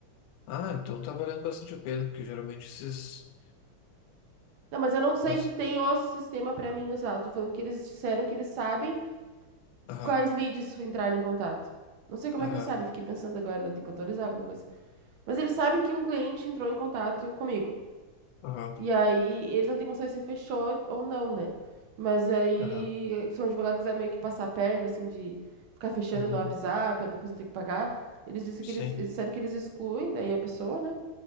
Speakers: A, on the left (about 80°); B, on the right (about 70°).
A: Ah, então tá valendo bastante a pena, porque geralmente esses...
B: Não, mas eu não sei
A: as-
B: se tem o sistema pra mim usar. Eu tô falando que eles disseram que eles sabem
A: Aham,
B: Quais leads entraram em contato? Não sei como
A: aham,
B: é que eles sabem, fiquei pensando agora, ainda tem que autorizar alguma coisa. Mas eles sabem que um cliente entrou em contato comigo.
A: aham.
B: E aí, eles não têm consciência se fechou ou não, né? Mas aí,
A: Tá.
B: se um advogado quiser meio que passar a perna, assim, de ficar fechando
A: Uhum.
B: e não avisar, pra depois não ter que pagar, eles dizem
A: Sim,
B: que eles, eles disseram que eles excluem daí a pessoa, né?